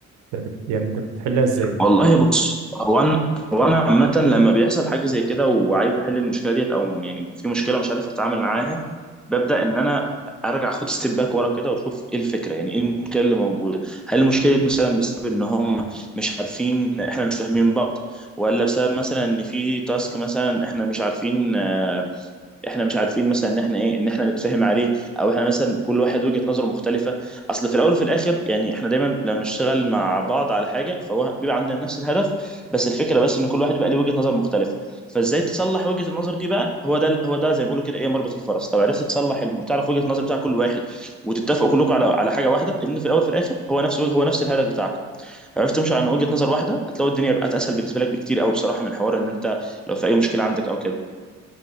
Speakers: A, on the right; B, in the centre.
A: بت- يعني انت بتحلها ازاي
B: والله بص هو انا هو انا عامه لما بيحصل حاجه زي كده وعايز احل المشكله ديت او يعني في مشكله مش عارف اتعامل معاها ببدا ان انا ارجع اخد ستيب باك ورا كده واشوف ايه الفكره يعني ايه المشكله اللي موجوده هل المشكله دي مثلا بسبب ان هم مش عارفين احنا مش فاهمين بعض ولا بسبب مثلا ان في تاسك مثلا احنا مش عارفين آه، احنا مش عارفين مثلا ان احنا ايه ان احنا نتفاهم عليه او احنا مثلا كل واحد وجهة نظره مختلفة اصل في الاول وفي الاخر يعني احنا دايما لما بنشتغل مع بعض على حاجة فهو بيبقى عندنا نفس الهدف بس الفكرة بس ان كل واحد بيبقى ليه وجهة نظر مختلفة فازاي تصلح وجهة النظر دي بقى هو ده هو ده زي ما بيقولوا كده ايه مربط الفرس لو عرفت تصلح الم... تعرف وجهة النظر بتاع كل واحد وتتفقوا كلكم على على حاجة واحدة لان في الاول وفي الاخر هو نفس هو نفس الهدف بتاعكم عرفت تمشي عن وجهة نظر واحدة هتلاقي الدنيا بقت اسهل بالنسبة لك بكتير قوي بصراحة من حوار ان انت لو في اي مشكلة عندك او كده